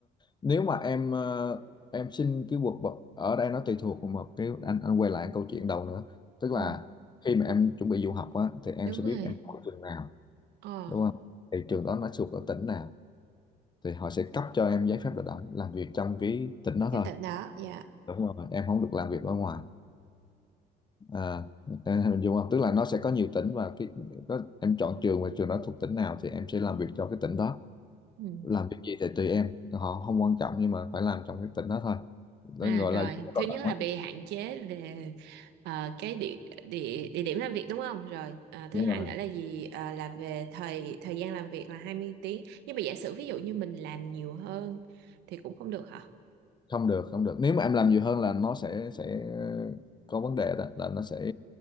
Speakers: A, on the left (about 25°); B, on the right (about 85°).
A: nếu mà em ờ, em xin cái quật bậc ở đây nó tùy thuộc vào một cái anh anh quay lại câu chuyện đầu nữa tức
B: Ừ,
A: là khi mà em chuẩn bị du học á thì em
B: đúng
A: sẽ
B: rồi.
A: biết em học trường nào
B: Ờ,
A: đúng không thì trường đó nó thuộc ở tỉnh nào thì họ sẽ cấp cho em giấy phép lao động làm việc trong cái tỉnh đó
B: cái
A: thôi
B: tỉnh đó, dạ.
A: đúng rồi em không được làm việc ở ngoài à em hình dung không tức là nó sẽ có nhiều tỉnh và cái có, em chọn trường và trường đó thuộc tỉnh nào thì em sẽ làm việc cho cái tỉnh đó
B: Ừ.
A: làm việc gì thì tùy em họ không quan trọng nhưng mà phải làm trong cái tỉnh đó thôi nó
B: À
A: gọi
B: rồi,
A: là dịch vụ
B: thứ
A: lao
B: nhất
A: động
B: là bị
A: á.
B: hạn chế về ờ, cái địa, địa địa điểm làm việc đúng không? Rồi, à, thứ
A: nhưng
B: hai
A: mà
B: nữa là gì? À, là về thời thời gian làm việc là 20 tiếng. Nhưng mà giả sử ví dụ như mình làm nhiều hơn thì cũng không được hả?
A: không được không được nếu mà em làm nhiều hơn là nó sẽ sẽ có vấn đề đó là nó sẽ